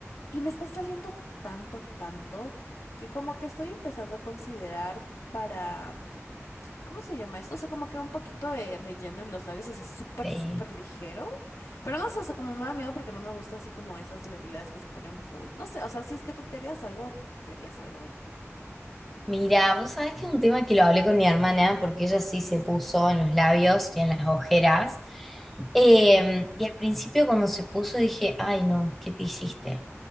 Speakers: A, on the left; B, in the centre.
A: Y me está saliendo tanto, tanto, que como que estoy empezando a considerar para... mm, ¿Cómo se llama esto? O sea, como que un poquito de relleno en los labios, o sea, súper,
B: Eh,
A: súper ligero. Pero no sé, o sea, como me da miedo porque no me gusta así como esas celebridades que se ponen full. No sé, o sea, si es que tú te harías algo, te harías algo.
B: mira, vos sabés que es un tema que lo hablé con mi hermana porque ella sí se puso en los labios y en las ojeras. Eh,
A: Ujú,
B: y al principio cuando se puso dije, ay no, ¿qué te hiciste?